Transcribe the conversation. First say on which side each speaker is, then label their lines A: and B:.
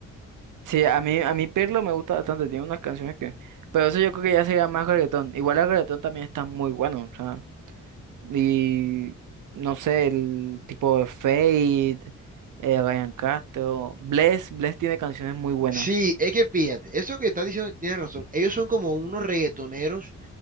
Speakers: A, on the right; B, on the right.
A: Sí, a mí, a mí Pirlo me gusta bastante, tiene unas canciones que... Pero eso yo creo que ya sería más reggaetón. Igual el reggaetón también está muy bueno, o sea... Y... No sé, el tipo de Fade, eh, Ryan Castro... Bless, Bless tiene canciones muy buenas,
B: Sí, es que fíjate, eso que estás diciendo tienes razón. Ellos son como unos reggaetoneros,